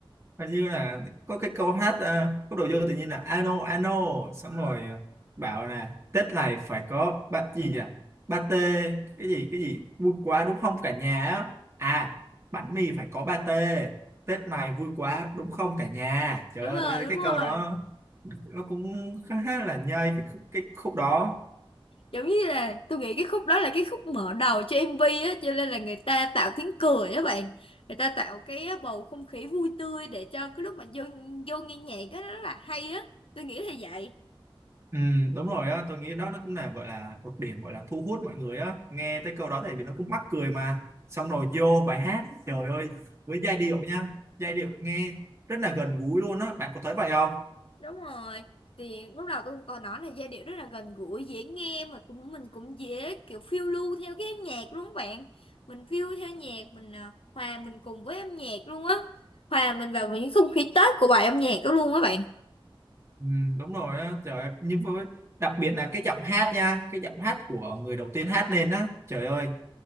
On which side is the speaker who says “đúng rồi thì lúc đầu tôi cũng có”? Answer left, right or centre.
Left